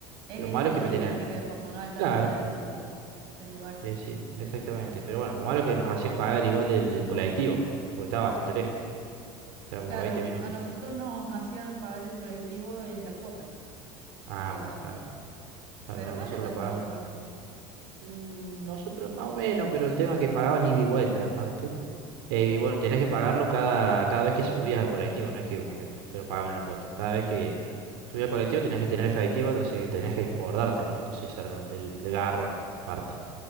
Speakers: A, on the right (about 50°); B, on the right (about 85°).
A: es
B: Lo
A: esa
B: malo
A: la
B: es que
A: dinámica
B: me tenía,
A: de cuando no alcanza
B: Claro,
A: el, el lugar.
B: eh, sí, exactamente. Pero bueno, lo malo es que nos hacían pagar igual el, el colectivo, porque estaba bastante lejos, estaba como
A: Claro,
B: a 20 minutos.
A: a nosotros nos hacían pagar el colectivo en la cuota
B: Ah,
A: directamente,
B: bueno, claro, claro,
A: pero
B: no,
A: no
B: nosotros
A: era tan
B: la pagamos.
A: caro realmente.
B: mm, Nosotros más o menos, pero el tema es que pagabas ida y vuelta, aparte. Eh, y bueno, tenías que pagarlo cada, cada vez que subías al colectivo, no es que como que te lo pagaban en la cuota. Cada vez que subías al colectivo tenías que tener efectivo, así que tenías que acordarte, ¿no? Entonces ese era lo- el, el garrón, aparte.